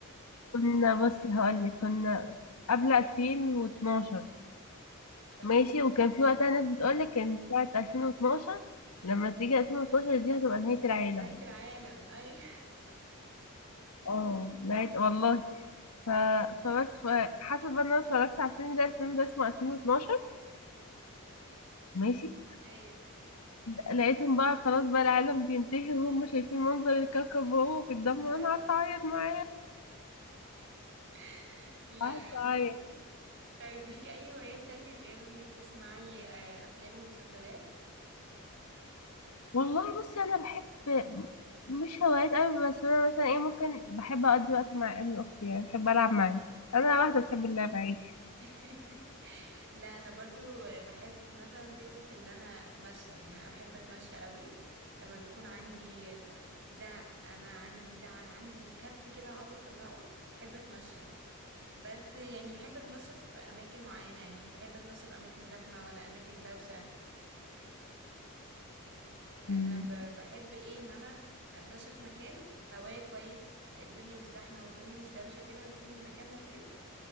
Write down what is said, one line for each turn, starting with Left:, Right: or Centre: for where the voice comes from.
Left: كنا بصي هقولك كنا قبل 2012
Right: تمام
Left: ماشي وكان في وقتها ناس بتقولك ان ساعة 2012 لما تيجي 2012 دي هتبقى نهاية العالم
Right: نهاية العالم ايوه
Left: اه نهاية والله ف... فبس ف... حسب بقى إن انا اتفرجت على الفيلم ده الفيلم ده اسمه 2012 ماشي
Right: <laughs> ايوه
Left: ولقيتهم بقى خلاص بقى العالم بينتهي وهم شايفين منظر الكوكب وهو في الدم وانا
Right: اه
Left: قعدت اعيط معاه
Right: <laughs> لا
Left: قعدت
Right: يا عم
Left: اعيط
Right: طيب ليكي اي هوايات تانية غير انك تسمعي آه، افلام ومسلسلات
Left: والله بصي انا بحب مش هوايات قوي بس انا مثلا ايه ممكن بحب اقضي وقت مع ابن اختي يعني بحب العب معاه انا واحده
Right: مم.
Left: بتحب اللعب عادي
Right: <laughs> لا انا برضو بحب مثلا فكرة ان انا اتمشى يعني انا بحب اتمشى قوي لما بيكون عندي زهق انا عندي زعل عندي كبت كده عاوزة اطلعه بحب اتمشى بس يعني احب اتمشى في اماكن معينة يعني مش بحب اتمشى في اماكن زحمة ولا اماكن دوشة انا
Left: أمم.
Right: ب- بحب ايه ان انا اتمشى في مكان هواية كويس الدنيا مش زحمة والدنيا مش دوشة كده ويكون مكان لطيف